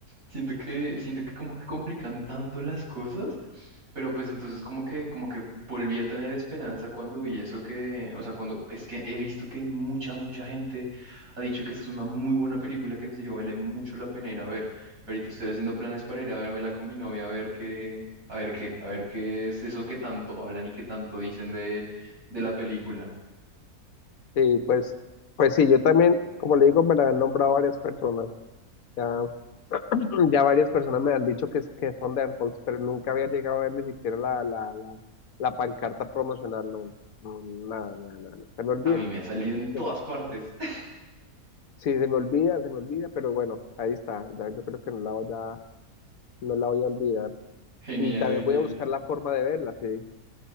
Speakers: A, on the right (about 65°); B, on the left (about 70°).
A: siento que, siento que como que complican tanto las cosas, pero pues entonces como que, como que volví a tener esperanza cuando vi eso que, o sea, cuando es que he visto que mucha, mucha gente ha dicho que esa es una muy buena película que en serio vale mucho la pena ir a ver. Ahorita estoy haciendo planes para ir a vérmela con mi novia a ver qué, a ver qué, a ver qué es eso que tanto hablan y que tanto dicen de, de la película.
B: Sí, pues, pues sí, yo también, como le digo, me la han nombrado varias personas. Ya, <clears throat> ya varias personas me han dicho que, es- que son de AirPods, pero nunca había llegado a ver ni siquiera la, la, la, la pancarta promocional, no, no, nada, nada, nada, nada. Se me olvida,
A: A mí me ha salido en todas
B: se me-
A: partes. <laughs>
B: sí, se me olvida, se me olvida, pero bueno, ahí está, ya, yo creo que no la voy a, no la voy a olvidar.
A: Genial,
B: Y también
A: genial.
B: voy a buscar la forma de verla, sí.